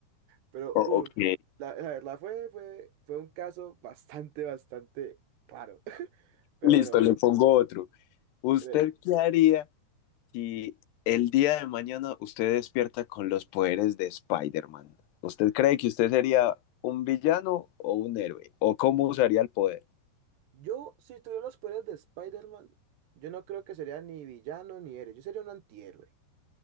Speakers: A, on the right; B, on the left.
A: Pero,
B: o-
A: uff,
B: ok.
A: la, la verdad fue, fue, fue un caso bastante, bastante raro. <laughs> Pero
B: Listo,
A: bueno, bueno.
B: le pongo otro. ¿Usted
A: eh,
B: qué haría Si el día de mañana usted despierta con los poderes de Spider-Man, ¿usted cree que usted sería un villano o un héroe? ¿O cómo usaría el poder?
A: Yo, si tuviera los poderes de Spider-Man, yo no creo que sería ni villano ni héroe, yo sería un antihéroe.